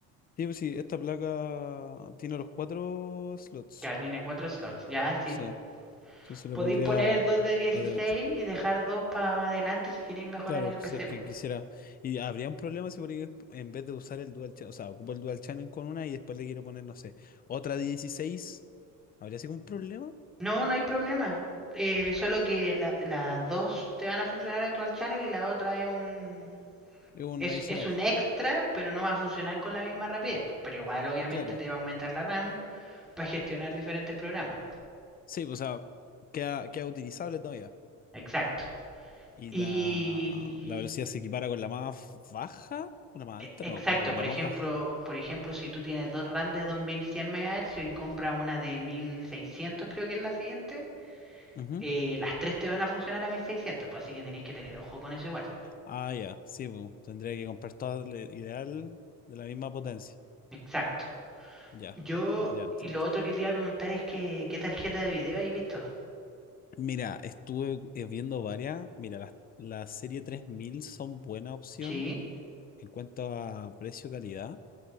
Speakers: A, on the left; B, in the centre.
A: Sí, pues sí, esta placa tiene los cuatro slots.
B: Ya tiene 4 slots, ya, sí,
A: Sí,
B: pues.
A: entonces le
B: Podéis
A: pondría
B: poner 2 de 16
A: la de 8.
B: y dejar 2 para más adelante si queréis mejorar
A: Claro,
B: el PC,
A: si es que
B: pues.
A: quisiera. Y habría un problema si por ahí en vez de usar el dual channel, o sea, ocupo el dual channel con una y después le quiero poner, no sé, otra de dieciséis, ¿Habría sido un problema?
B: No, no hay problema. Eh, solo que la- las dos te van a funcionar en Dual Channel y la otra es un
A: Es Un
B: es,
A: adicional,
B: es un extra, pero no va a funcionar con la misma rapidez. po. Pero igual obviamente
A: claro.
B: te va a aumentar la RAM para gestionar diferentes programas.
A: Sí, pues, o sea, queda, queda utilizable todavía.
B: Exacto.
A: Y
B: Y
A: la, la velocidad se equipara con la más baja o la más alta,
B: e-
A: no
B: exacto,
A: me acuerdo, la
B: por
A: más
B: ejemplo,
A: baja.
B: por ejemplo, si tú tienes dos RAM de 2100 MHz y compras una de 1600, creo que es la siguiente,
A: Ujú.
B: eh, las tres te van a funcionar a 1600, pues así que tenéis que tener ojo con eso igual.
A: Ah, ya, sí, pues, tendría que comprar todas, le- ideal de la misma potencia.
B: Exacto.
A: Ya,
B: Yo,
A: ya entiendo.
B: y lo otro que te iba a preguntar es que, ¿qué tarjeta de video habéis visto?
A: Mira, estuve eh, viendo varias. Mira, las, la serie 3000 son buena opción
B: ¿Sí?
A: en cuanto a precio-calidad,